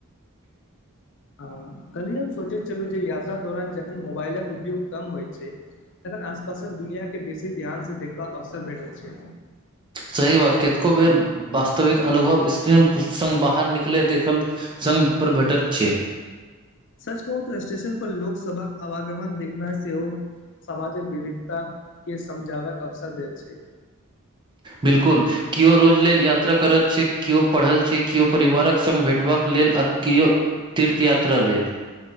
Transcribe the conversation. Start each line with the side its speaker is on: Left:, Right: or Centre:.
Left: हँ कल्हिये हम सोचैत छलु जे यात्रा दौरान जखन मोबालक उपयोग कम होइत छै तखन आसपासक दुनिया के बेसी ध्यान से देखबाक अवसर भेटै छै।
Right: सही बात कतेको बेर वास्तविक अनुभव स्क्रीन संग बाहर निकलै देखल संग पर भेटत छै।
Left: सच कहू तऽ स्टेशन पर लोक सभाक आवागमन देखनाइ सेहो सामाजिक विविधता के समझावक अवसर दैत छै।
Right: बिलकुल किओ रोज लेल यात्रा करैत छै किओ पढ़ल छै किओ परिवारक सङ्ग भेटबाक लेल आ किओ तीर्थयात्रा लेल।